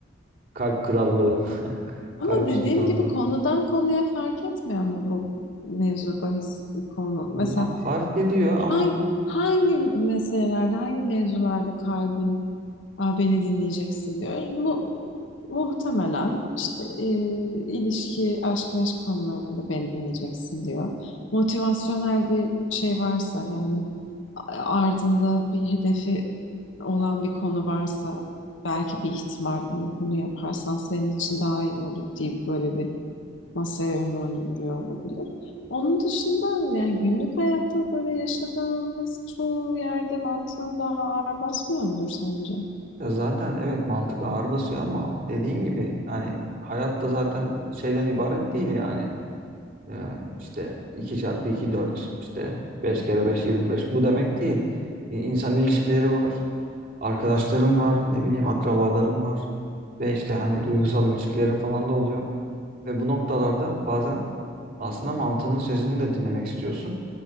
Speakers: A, on the right; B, on the left.
A: Kalp krallığı, <laughs>
B: Ama
A: kalp
B: dediğim
A: sultanlığı.
B: gibi konudan konuya fark etmiyor mu bu mevzu bahis konu? Mesela
A: Ya fark ediyor
B: hangi,
A: ama
B: hangi meselelerde, hangi mevzularda kalbin Aa, beni dinleyeceksin diyor. Mu muhtemelen işte e, ilişki, aşk, meşk konularında beni dinleyeceksin diyor. Motivasyonel bir şey varsa yani a- ardında bir hedefi olan bir konu varsa belki bir ihtimal hani bunu yaparsan senin için daha iyi olur deyip böyle bir masaya yumruğunu vuruyor olabilir. Onun dışında yani günlük hayatta böyle yaşadığımız çoğu yerde mantığın daha ağır basmıyor mudur sence?
A: ya zaten evet mantık ağır basıyor ama dediğin gibi hani hayatta zaten şeyden ibaret değil yani. Ee, işte 2 çarpı 2 4, işte 5 kere beş yirmi beş. bu demek değil. İ- İnsan ilişkileri var. Arkadaşlarım var, ne bileyim akrabalarım var ve işte hani duygusal ilişkilerim falan da oluyor. Ve bu noktalarda bazen aslında mantığının sözünü de dinlemek istiyorsun.